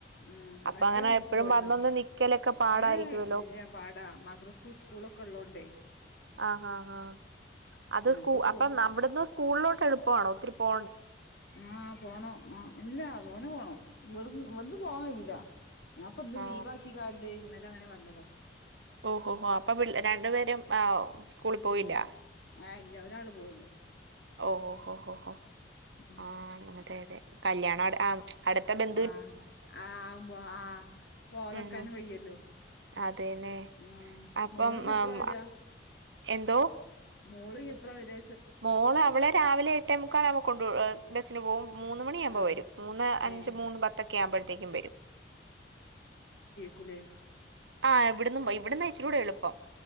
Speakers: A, on the left (about 65°); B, on the right (about 80°).
A: മ്
B: അപ്പൊ
A: വണ്ടി
B: അങ്ങനെ
A: വുൾച്
B: എപ്പഴും
A: പോര്നൊ
B: വന്നൊന്ന് നിക്കലൊക്കെ പാടായിരിക്കുവല്ലോ
A: ഏ ഇല്ല പാട മദ്രസു സ്കൂളൊക്കെള്ളോണ്ടേ
B: ആ ആ ആ അത് സ്കൂ
A: ഇപ്പൊ പോ
B: അപ്പം നമ്മടന്ന് സ്കൂളിലോട്ട് എള്പ്പാണോ ഒത്തിരി പോ
A: ആഹ് പോണൊ ആ ഇല്ല തോനെ പോണം ഇവിട ഇവിടുന്ന് പോവായില്ല ഞാപ്പൊ ന്ന്
B: ആ
A: ലീവാക്കികാണ്ട് ഇന്നലെ അങ്ങനെ വന്നത
B: ഓഹോ ഹോ അപ്പൊ പിൾ രണ്ടു പേരും ആ സ്കൂളിൽ പോയില്ല
A: ഉം ആഹ് ഇല്ല ഒരാൾ പോവള്ളൂ
B: ഓ ഓ ഓ ഓ ഹൊ
A: ഉം
B: ആ അതെ അതെ കല്യാണ അടുത്ത ബൻ
A: ആ ആ ആ പൊ ആ പോവാതക്കാവും
B: ഉം
A: വയ്യല്ലോ
B: അതേന്നെ
A: ആ
B: അപ്പം
A: മോളിഞ്ഞെപ്പളാ
B: ഉം,
A: വരാ
B: എന്തോ
A: മോളും എപ്പഴാ വരാ
B: മോള്. അവളെ രാവിലെ എട്ടേ മുക്കാലാവുമ്പോ <unintelligible> കൊണ്ട് ബസ്സിന് പോവും. മൂന്ന് മണി ആവുമ്പോ
A: ആഹ്
B: വരും മൂന്ന്അഞ്ച്,
A: ഏഹ്
B: മൂന്ന്പത്തൊക്കെ ആവുമ്പോഴത്തേക്കും വരും.
A: കുല
B: ആ ഇവിടന്നും <unintelligible> ഇവിടന്ന് <unintelligible> ഇവിടെ എളുപ്പം.